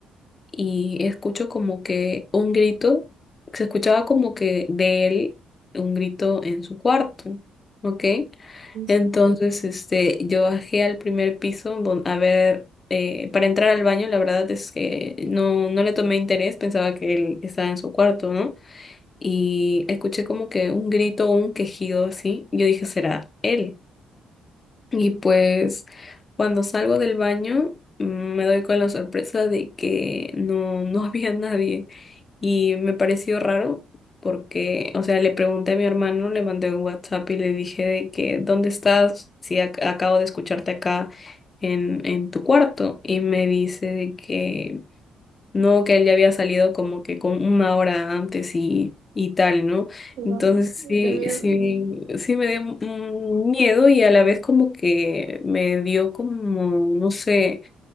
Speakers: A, on the left; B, on the right.
A: y escucho como que un grito, se escuchaba como que de él un grito en su cuarto, ¿ok?
B: Entonces,
A: Entonces, este, yo bajé al primer piso don- a ver, eh, para entrar al baño, la verdad es que no, no le tomé interés, pensaba que él estaba en su cuarto, ¿no? Y escuché como que un grito, un quejido así, yo dije, será él. Y pues cuando salgo del baño mm, me doy con la sorpresa de que no, no <laughs> había nadie y me pareció raro porque, o sea, le pregunté a mi hermano, le mandé un WhatsApp y le dije de que, ¿dónde estás? Si ac- acabo de escucharte acá en, en tu cuarto y me dice de que no, que él ya había salido como que con una hora antes y, y tal, ¿no?
B: wow,
A: Entonces sí,
B: qué miedo.
A: sí, sí me dio mm, miedo y a la vez como que me dio como, no sé,